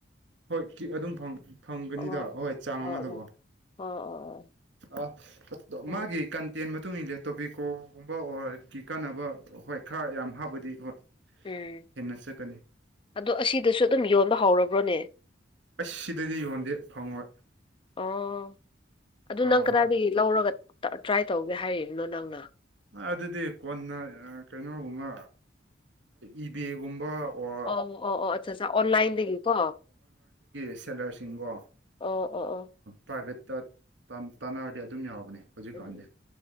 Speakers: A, on the right; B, on the left.
A: ꯍꯣꯏ ꯀꯤꯦꯛ ꯑꯗꯨꯝ ꯐꯪ ꯐꯪꯒꯅꯤꯗ
B: ꯑꯣ
A: ꯍꯣꯏ ꯆꯥꯡ
B: ꯑꯣ
A: ꯑꯃꯗꯀꯣ
B: ꯑꯣ ꯑꯣ ꯑꯣ
A: ꯑꯥ ꯑ
B: ꯎꯝ
A: ꯃꯥꯒꯤ ꯀ ꯇꯦꯟ ꯃꯇꯨꯡ ꯏꯟꯂꯦ ꯇꯣꯄꯤꯀꯣꯒꯨꯝꯕ ꯑꯣꯔꯒꯤ ꯀꯥꯟꯅꯕ ꯍꯣꯏ ꯈꯔ ꯌꯥꯝ ꯍꯥꯞꯕꯗꯤ ꯍꯣꯏ
B: ꯎꯝ
A: ꯍꯦꯟꯅ ꯆꯠꯀꯅꯤ
B: ꯑꯗꯣ ꯑꯁꯤꯗꯁꯨ ꯑꯗꯨꯝ ꯌꯣꯟꯕ ꯍꯧꯔꯕ꯭ꯔꯣꯅꯦ
A: ꯑꯁ ꯁꯤꯗꯗꯤ ꯌꯣꯟꯗꯦ ꯐꯪꯉꯣꯏ
B: ꯑꯣ ꯑꯗꯨ
A: ꯑꯥ
B: ꯅꯪ
A: ꯍꯣꯏ
B: ꯀꯗꯥꯗꯒꯤ ꯂꯧꯔꯒ ꯇ꯭ꯔꯥꯏ ꯇꯧꯒꯦ ꯍꯥꯏꯔꯤꯕꯅꯣ ꯅꯪꯅ
A: ꯑꯗꯨꯗꯤ ꯀꯣꯟꯅ ꯀꯩꯅꯣꯒꯨꯝꯕ ꯏꯕꯦꯒꯨꯝꯕ ꯑꯣꯔ
B: ꯑꯣ ꯑꯣ ꯑꯣ ꯑꯆꯥ ꯑ ꯑꯣꯟꯂꯥꯏꯟꯗꯒꯤ ꯀꯣ
A: ꯁꯦꯜꯂꯔꯁꯤꯡꯒꯣ
B: ꯑꯣ ꯑꯣ ꯑꯣ
A: ꯄ꯭ꯔꯥꯏꯚꯦꯠꯇ ꯇꯥꯟꯅꯔꯗꯤ ꯑꯗꯨꯝ ꯌꯥꯎꯕꯅꯦ ꯍꯧꯖꯤꯛꯀꯥꯟꯁꯦ
B: ꯎꯝ